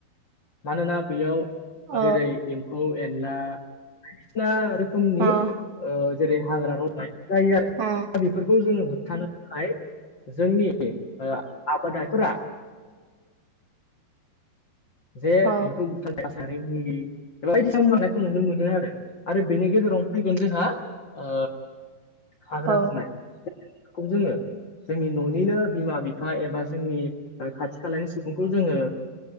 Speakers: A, on the left; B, on the right.
A: मानोना बेयाव
B: अ
A: जेरै एम्फौ एनला बायदिसिना रोखोमनि
B: अ
A: ओ जेरै हाग्रा रंजाय जायो आरो।
B: अ।
A: दा बेफोरखौ जोङो होबथानो थाखाय जोंनि ओ आबादारिफोरा जे <unintelligible>
B: औ
A: रासानारि मुलि एबा बायदिसिना सारनायखौ नुनो मोनो आरो। आरो बेनि गेजेरावनो फैगोन जोंहा ओ हाग्रा
B: औ
A: फुनाय बेखौ जोङो जोंनि न'निनो बिमा बिफा एबा जोंनि ओ खाथि खालानि सुबुंखौ जोङो